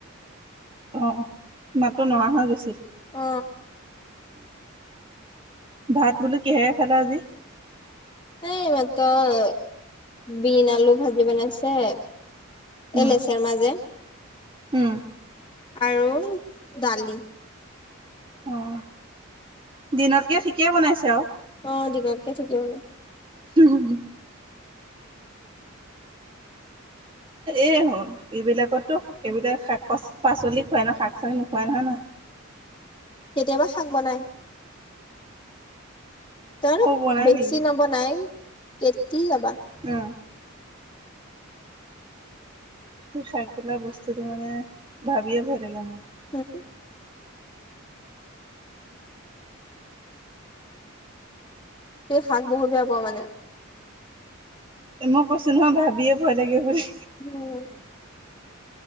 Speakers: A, on the right; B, on the left.
A: অঁহ, মাতটো নহা হৈ গৈছিল।
B: অ
A: ভাত বোলো কিহেৰে খালা আজি?
B: এই ই মাতৰ বিন আলু ভাজি বনাইছে।
A: উম,
B: এ লেছাৰ মাজে
A: উম
B: আৰু দালি
A: অঁ, দিনতকে ঠিকেই বনাইছে আঔ।
B: অ দিনতকে থিকে আৰু
A: তো হো হো এই, এই বিলাকতো এইবিলাক শাক-পাচ পাচলি খুৱাই ন? শাক চাক নোখোৱাই নহয় ন?
B: কেতিয়াবা খাং বনাই। তেউলুক
A: অ' বনাই
B: বেছি
A: নেকি?
B: নবনাই, কেতি'য়াবা।
A: উম সেই শাক বলা বস্তুটো মানে ভাবিয়ে ভয় লাগে মু।
B: <unintelligible> সেই শাক বহুত বেয়া পাৱ মানে?
A: মই কৈছো নহয়, ভাবিয়ে ভয় লাগে বুলি।
B: ভয় লাগে।